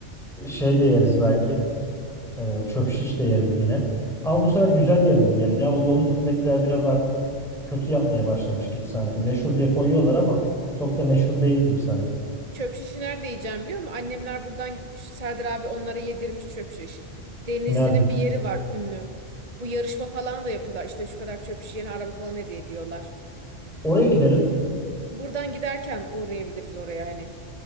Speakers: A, in the centre; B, on the right.
A: şey de yeriz belki. Ee, çöp şiş de yeriz yine. Ama bu sefer güzel yerinde yiyelim ya. O yol üstündekiler biraz artık kötü yapmaya başlamış gibi sanki. Meşhur diye koyuyorlar ama çok da meşhur değil gibi sanki.
B: Çöp şişi nerede yiyeceğim biliyor musun? Annemler buradan gitmiş. Serdar abi onlara yedirmiş çöp şiş. Denizli'nin
A: Nerede?
B: bir yeri var ünlü. Bu yarışma falan da yapıyorlar. İşte şu kadar çöp şiş yeni araba falan hediye ediyorlar.
A: Oraya
B: O-
A: gidelim.
B: Buradan giderken uğrayabiliriz oraya hani.